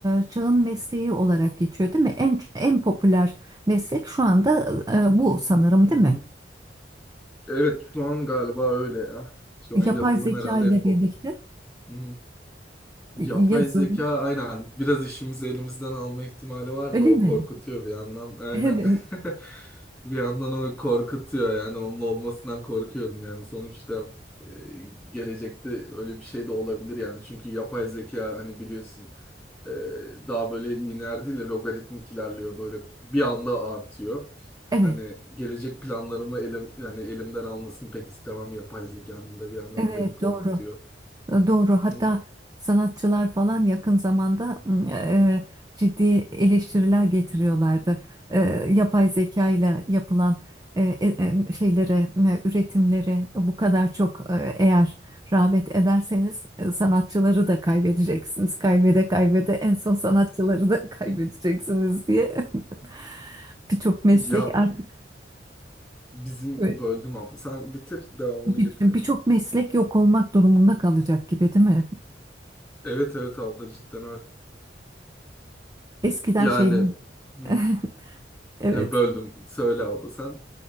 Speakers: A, on the right; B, in the centre.
A: e, çağın mesleği olarak geçiyor, değil mi? En en popüler meslek şu anda e, bu sanırım,
B: Hı
A: değil
B: hı.
A: mi?
B: Evet şu an galiba öyle ya. Şu
A: Yapay
B: an yazılım
A: zeka
B: herhalde
A: ile
B: en pahalı.
A: birlikte
B: Hı. Yapay
A: e, yazılım,
B: zeka aynen biraz işimizi elimizden alma ihtimali var
A: öyle
B: da o
A: mi?
B: korkutuyor bir yandan. Aynen.
A: Evet, evet,
B: <laughs> Bir yandan o korkutuyor yani onun olmasından korkuyorum yani sonuçta e, gelecekte öyle bir şey de olabilir yani çünkü yapay zeka hani biliyorsun e, daha böyle lineer değil de logaritmik ilerliyor böyle bir anda artıyor.
A: evet,
B: Hani gelecek planlarımı elim yani elimden almasını pek istemem yapay zekanın da bir yandan
A: evet,
B: o beni korkutuyor.
A: doğru. Doğru.
B: Hı
A: Hatta
B: hı.
A: sanatçılar falan yakın zamanda m, e, ciddi eleştiriler getiriyorlardı. E, yapay zeka ile yapılan e, e, e, şeylere, e, üretimlere bu kadar çok e, eğer rağbet ederseniz e, sanatçıları da kaybedeceksiniz. Kaybede kaybede en son sanatçıları da kaybedeceksiniz diye. <laughs> Birçok
B: Ya
A: meslek artık
B: Bizim
A: evet,
B: böldüm abla. Sen bitir devamını
A: bir-
B: getireyim.
A: birçok meslek yok olmak durumunda kalacak gibi değil mi?
B: Evet evet abla cidden öyle.
A: Eskiden
B: Yani
A: şeyler
B: hı,
A: <laughs> Evet.
B: e, böldüm. Söyle abla sen.